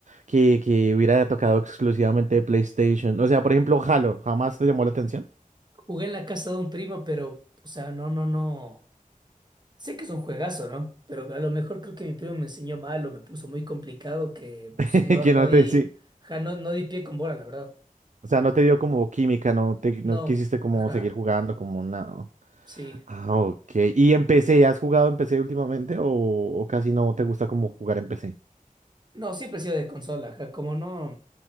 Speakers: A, on the right (about 55°); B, on the right (about 30°).
A: que, que hubiera tocado exclusivamente PlayStation. O sea, por ejemplo, Halo, ¿jamás te llamó la atención?
B: Jugué en la casa de un primo, pero, o sea, no, no, no. Sé que es un juegazo, ¿no? Pero a lo mejor creo que mi primo me enseñó mal o me puso muy complicado que
A: <laughs>
B: pues, no,
A: Que
B: no
A: no
B: di,
A: te, sí.
B: ajá, no, no di pie con bola, la verdad.
A: O sea, no te dio como química, no te,
B: No,
A: no quisiste como
B: ajá,
A: seguir jugando, como nada.
B: sí.
A: Ah, ok. ¿Y en PC? ¿Has jugado en PC últimamente o, o casi no te gusta como jugar en PC?
B: No, siempre he sido de consola, ajá, como no.